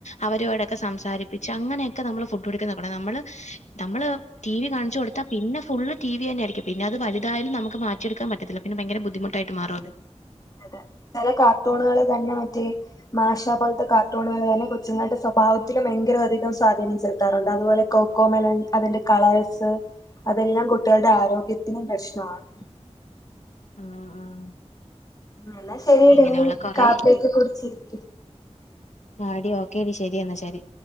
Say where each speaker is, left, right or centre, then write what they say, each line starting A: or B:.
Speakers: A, on the left; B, on the left.
A: അവരോടൊക്കെ സംസാരിപ്പിച്ച് അങ്ങനെയക്കെ നമ്മള് ഫുഡ് കൊടുക്കാൻ നോക്കണം നമ്മള് നമ്മള് ടീവി കാണിച്ചു കൊടുത്താ പിന്നെ ഫുള്ള് ടീവി തന്നെ ആയിരിക്കും പിന്നെ അത് വലുതായാലും നമുക്ക് മാറ്റിയെടുക്കാൻ പറ്റത്തില്ല പിന്നെ ഭയങ്കര ബുദ്ധിമുട്ടായിട്ട് മാറും അത്
B: അതെ ചെല കാർട്ടൂണുകള് തന്നെ മറ്റേ മാഷാ പോലത്തെ കാർട്ടൂണുകള് തന്നെ കൊച്ച്ങ്ങൾടെ സ്വഭാവത്തിലും ഭയങ്കര അധികം സ്വാധീനം ചെലുത്താറുണ്ട് അതുപോലെ കോ ക്കോമെലൺ അതിന്റെ കളറ്സ് അതെല്ലാം കുട്ടികൾടെ ആരോഗ്യത്തിനും പ്രശ്നമാണ്
A: ആഹ് ആഹ്
B: എന്നാ ശെരിയെടീ
A: ഇങ്ങനെയുള്ള
B: നീ
A: കൊറെ
B: കാപ്പിക്കെ കുടിച്ചിരി
A: ആടീ ഓക്കേടി ശെരി എന്നാ ശെരി